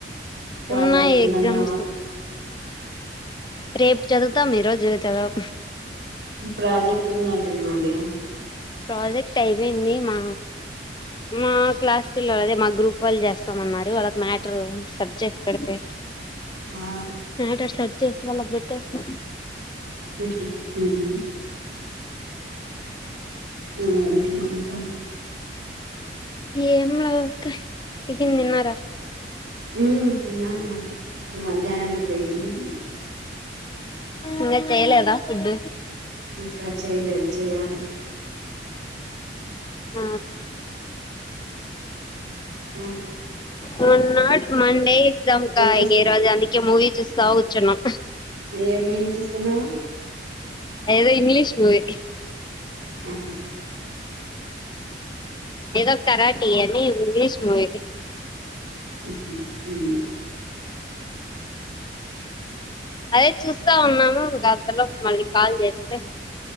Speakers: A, on the right; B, on the left.
A: ప్రాజెక్ట్
B: ఉన్నాయి
A: ఉందన్న
B: ఎగ్జామ్స్ రేపు చదువుతాం ఈరోజు చదువం
A: ప్రాజెక్ట్ ఉందంటీవి మొండి
B: ప్రాజెక్ట్ అయిపోయింది మా మా క్లాస్ పిల్లో లే అదే మా గ్రూప్ వాలు చేస్తామన్నారు వాళ్ళకు మ్యాటర్ సర్ చేసి పెడితే
A: ఆ
B: మ్యాటర్ సర్ చేసి వాళ్ళకు పెట్టేస్తం
A: ప్లేస్ ఉత్తైంది ఈ ఇంట్లుంట
B: ఇగ ఏంలేదు అక్క టిఫిన్ తిన్నరా
A: ఉ తిన్నాను మా ఇప్పుడు మద్యనానికి వెయిటింగ్
B: ఇంకా చెయలేదా ఫుడ్
A: ఇంకా చేయలేదు చెయ్యాలి
B: ఆ ఓకే
A: ఆ
B: మొన్న మన్ డే ఎగ్జామ్ కా
A: చూస్తా
B: ఇగ రోజు అందుకే మూవీ చూస్తా కూర్చున్నాం
A: ఏ మూవీ చూస్తున్న
B: ఏదో ఇంగ్లీష్ మూవి
A: ఆహ
B: ఏదో కరాటి అని ఇంగ్లిష్ మూవీ
A: ఉహు ఉ
B: అదే చూస్తా ఉన్నాము గంతలోపు మళ్ళీ కాల్ చేస్తే